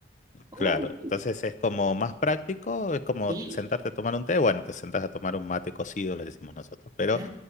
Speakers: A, on the right; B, on the left.
A: Oh,
B: claro,
A: muy
B: entonces es como más práctico, es como
A: bien.
B: sentarte a tomar un té, bueno, te sentás a tomar un mate cocido, le decimos nosotros, pero...
A: Ah,